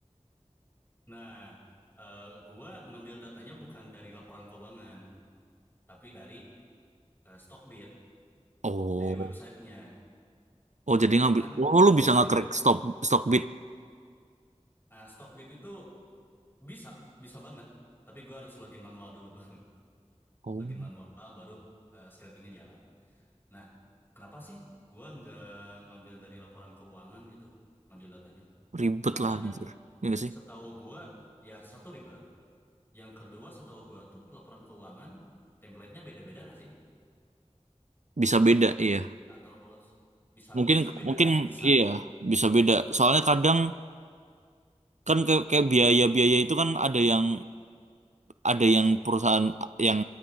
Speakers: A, on the left; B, on the right.
A: Nah, eh, gua ngambil datanya bukan dari laporan keuangan, tapi dari eh, Stockbit,
B: oh
A: dari websitenya.
B: oh jadi ngambil
A: Kan
B: oh
A: nggak
B: lu bisa
A: mungkin
B: nge-crack
A: ya.
B: stock stock bid
A: Nah, Stockbit itu bisa, bisa banget. Tapi gua harus login manual dulu. <laughs>
B: oh
A: Login manual, baru eh, scrapingnya jalan. Nah, kenapa sih gua nggak ngambil dari laporan keuangan gitu, ngambil datanya?
B: ribet
A: Soalnya
B: lah anjir
A: kan
B: Iya nggak sih
A: setahu gua, ya satu ribet. Yang kedua setahu gua tuh laporan keuangan, template-nya beda-beda nggak sih?
B: bisa beda iya
A: atau bisa
B: Mungkin
A: bisa beda
B: mungkin
A: kan bisa
B: iya
A: gitu
B: bisa beda. Soalnya kadang kan kayak, kayak biaya-biaya itu kan ada yang ada yang perusahaan yang